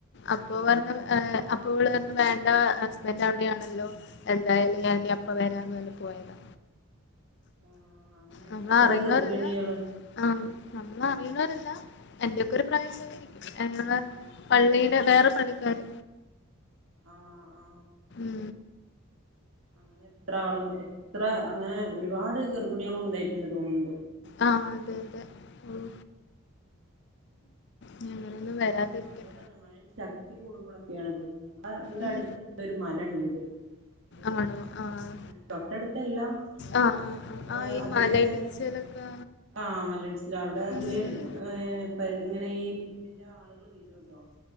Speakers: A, on the right; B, on the left.
A: ആഹ്
B: അപ്പൊ
A: അതെ
B: പറഞ്ഞു
A: അതെ
B: അപ് ഓള് പറഞ്ഞ് വേണ്ട ഹസ്ബൻഡടെ രി ആണല്ലോ എന്തായാലും
A: ആഹ്
B: ഞാനിനി അപ്പം വരാ രാന്നു പറഞ്ഞ് പോയതാ
A: ആഹ് അങ്ങനെ
B: നമ്മള്
A: എത്ര
B: അറിയുന്നവരല്ല
A: ഗർഭിണികള്
B: ആ നമ്മള്
A: ഉം
B: അറിയുന്നവരല്ല എന്റെയൊക്കെ ഒരു പ്രായം ഉണ്ടായിരിക്കും ഞങ്ങടെ
A: ആഹ്
B: പള്ളീന് വേറെ പണിക്കാര്
A: ആ ആ
B: ഉം
A: അങ്ങനെ എത്ര ആളും എത്ര അങ്ങനെ ഒരുപാട് ഗർഭിണികളും ഉണ്ടായിട്ടുണ്ടന്ന്‌ തോന്നുന്നുണ്ട്
B: ആ അതെ അതെ ഉം ഇനി അങ്ങനൊന്നും
A: അങ്ങനെ
B: വരാതിരിക്കട്ടെ
A: ഇ മഴയേത്താണ് മഴ ശക്‌ ക്തി കൂടുമ്പോൾ ഒക്കെയാണ് പേടിക്കേണ്ടത് ആ ഇവിടെ
B: ഉം
A: അടുത്തുണ്ട് ഒരു മലണ്ട് നമ്മള്
B: ആണോ ആഹ്
A: തൊട്ടടുത്തല്ല ഷെ
B: ആഹ് ആഹ്
A: അങ്ങനെ
B: ആഹ് ആഹ് ഈ
A: അതിലിങ്ങനെ
B: മലയിടിച്ചിലൊക്കെ
A: ആ മലയിടിച്ചല് അവിടെ അതില്
B: ഉം
A: ഏ പ ഈ ഇതിന്റെ ആളുകൾ വരുമല്ലോ